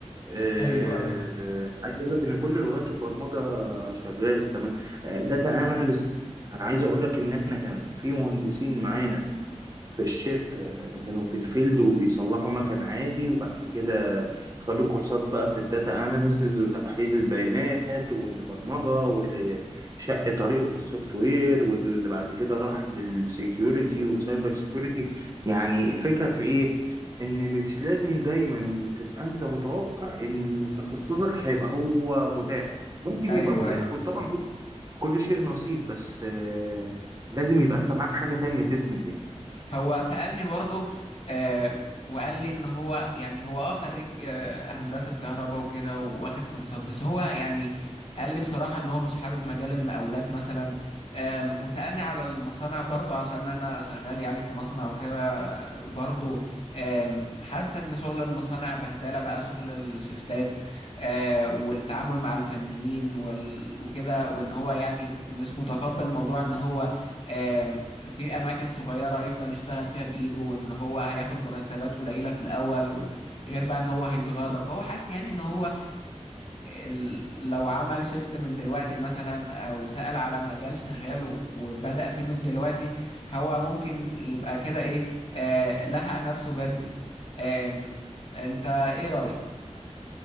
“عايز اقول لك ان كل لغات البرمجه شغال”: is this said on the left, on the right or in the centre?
Right